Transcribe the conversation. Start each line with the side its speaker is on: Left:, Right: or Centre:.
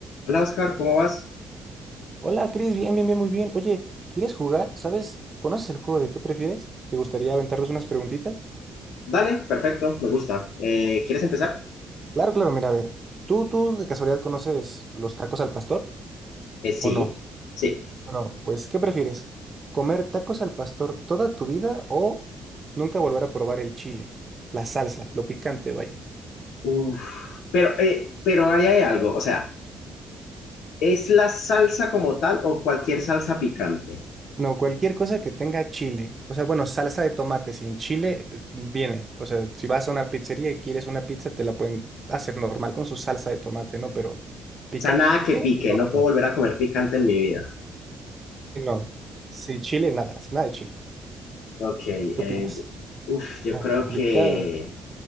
Left: Hola Oscar, ¿cómo vas?
Right: Hola, Cris, bien, bien, bien, muy bien. Oye, ¿quieres jugar? ¿Sabes? ¿Conoces el juego de qué prefieres? ¿Te gustaría aventarles unas preguntitas?
Left: Dale, perfecto, me gusta. Eh, ¿quieres empezar?
Right: Claro, claro, mira, a ver. ¿Tú, tú de casualidad conoces los tacos al pastor
Left: Eh, sí,
Right: o no?
Left: Sí.
Right: Bueno, pues, ¿qué prefieres? ¿Comer tacos al pastor toda tu vida o nunca volver a probar el chile, la salsa, lo picante, vaya?
Left: Uf, pero, eh, pero ahí hay algo, o sea, ¿es la salsa como tal o cualquier salsa picante?
Right: No, cualquier cosa que tenga chile. O sea, bueno, salsa de tomate sin chile eh, viene. O sea, si vas a una pizzería y quieres una pizza, te la pueden hacer normal con su salsa de tomate, ¿no? Pero picante,
Left: O sea, nada que pique,
Right: no.
Left: no
Right: va a
Left: puedo
Right: ser.
Left: volver a comer picante en mi vida.
Right: Sí, No. Sí, chile, nada, nada de chile.
Left: Ok, eh,
Right: ¿Qué opinas?
Left: yo- uf, yo
Right: Complicado.
Left: creo que,